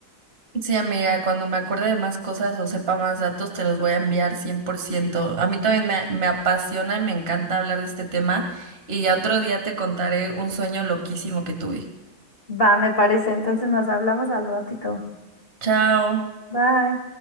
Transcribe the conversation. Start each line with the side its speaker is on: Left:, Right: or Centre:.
Right: Sí, amiga, cuando me acuerde de más cosas o sepa más datos, te los voy a enviar 100%. A mí también me, me apasiona y me encanta hablar de este tema y ya otro día te contaré un sueño loquísimo que tuve.
Left: Va, me parece. Entonces nos hablamos al ratito.
Right: Chao.
Left: Bye.